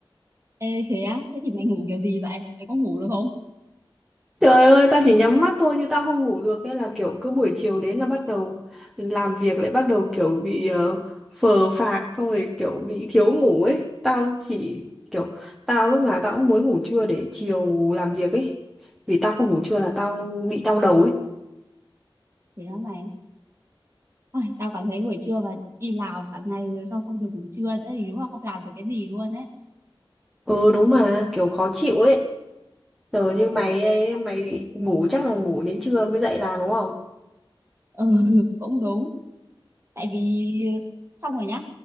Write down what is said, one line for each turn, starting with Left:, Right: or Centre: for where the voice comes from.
Right: Ê, thế á? Thế thì mày ngủ kiểu gì vậy? Mày có ngủ được không?
Centre: Trời ơi, tao chỉ nhắm mắt thôi chứ tao không ngủ được Nên là kiểu cứ buổi chiều đến là bắt đầu làm việc lại bắt đầu kiểu bị ờ, phờ phạc Xong rồi kiểu bị thiếu ngủ ấy Tao chỉ kiểu tao lúc nào tao cũng muốn ngủ trưa để chiều làm việc ấy Vì tao không ngủ trưa là tao bị đau đầu ấy
Right: Thế á mày. Ôi, tao cảm thấy buổi trưa và đi làm cả ngày rồi sao không được ngủ trưa nữa thì đúng là không làm được cái gì luôn ấy.
Centre: Ừ đúng mà kiểu khó chịu ấy Giờ
Right: Ừ,
Centre: như mày ấy, mày ngủ chắc là ngủ đến trưa mới dậy làm đúng không?
Right: ừ, <laughs> cũng đúng tại vì ờ, xong rồi nhá